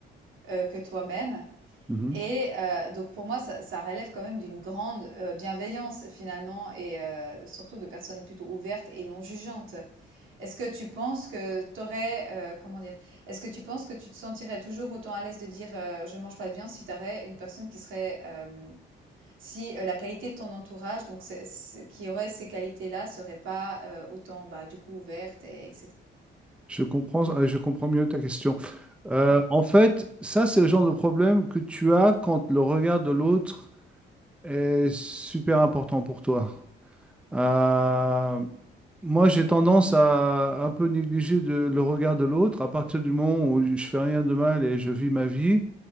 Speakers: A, on the right; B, in the centre.
A: euh, que toi-même.
B: Mhm.
A: Et euh, donc pour moi, ça, ça relève quand même d'une grande euh, bienveillance finalement, et euh, surtout de personnes plutôt ouvertes et non jugeantes. Est-ce que tu penses que t'aurais, euh, comment dire, est-ce que tu penses que tu te sentirais toujours autant à l'aise de dire euh, je mange pas de viande si t'aurais une personne qui serait euh, si, heu, la qualité de ton entourage, donc c'est ce qui aurait ces qualités-là serait pas, heu, autant, bah, du coup ouverte et et
B: Je comprends, euh, je comprends mieux ta question. Euh,
A: Ouais.
B: en fait, ça, c'est le genre de problème que tu as quand le regard de l'autre est super important pour toi. Euh, moi, j'ai tendance à un peu négliger de- le regard de l'autre. À partir du moment où je fais rien de mal et je vis ma vie,